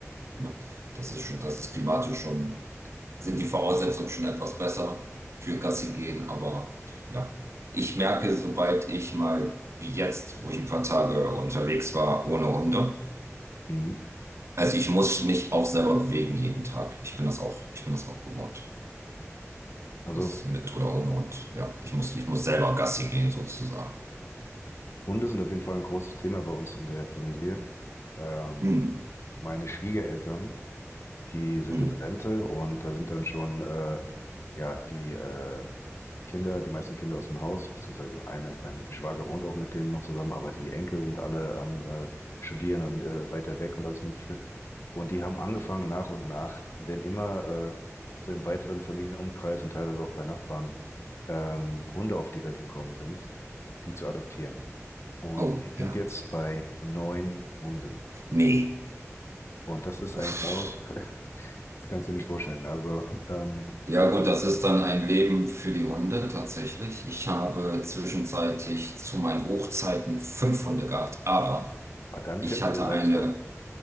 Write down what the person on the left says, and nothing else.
Mhm.
Also
Hunde sind auf jeden Fall ein großes Thema bei uns in der Familie. Ähm,
meine Schwiegereltern, die sind
in Rente und da sind dann schon äh, ja die äh, Kinder, die meisten Kinder aus dem Haus, beziehungsweise eine, mein Schwager wohnt auch mit denen noch zusammen, aber die Enkel sind alle am äh, Studieren und äh, weiter weg und alles Mögliche. Und die haben angefangen nach und nach, wenn immer äh, so im weiteren Familienumkreis und teilweise auch bei Nachbarn ähm, Hunde auf die Welt gekommen sind, die zu adoptieren. Und
die
sind jetzt bei neun Hunden.
Und das ist ein
Chaos, <laughs> das kannst du dir nicht vorstellen. Also, ähm,
aber dann
kennst
du den Lifestyle.